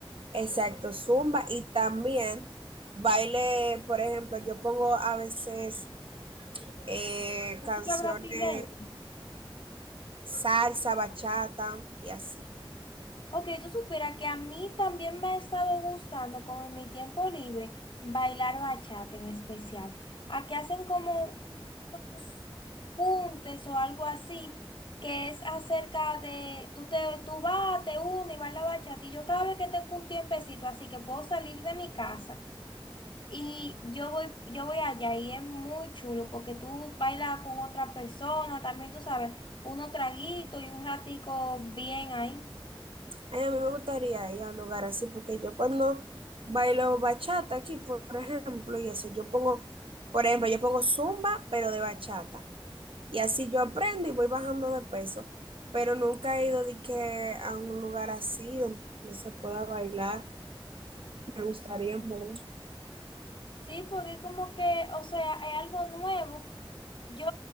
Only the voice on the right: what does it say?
Exacto, zumba y también baile, por ejemplo, yo pongo a veces eh,
canciones
salsa, bachata y así.
Ay, a mí me gustaría ir a un lugar así porque yo cuando bailo bachata aquí, por ejemplo, y eso, yo pongo, por ejemplo, yo pongo zumba, pero de bachata. Y así yo aprendo y voy bajando de peso, pero nunca he ido de que a un lugar así donde se pueda bailar. Me gustaría, en ¿verdad?